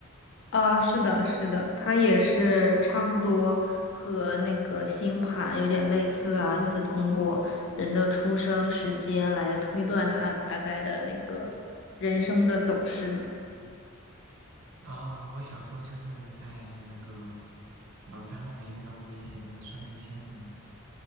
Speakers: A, on the left; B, on the right.
A: 啊，是的，是的，它也是差不多和那个星盘有点类似啊，就是通过人的出生时间来推断他大概的那个人生的走势呢。
B: 啊，我小时候就是在那个老家那边遇到过一些那个算命先生嘛，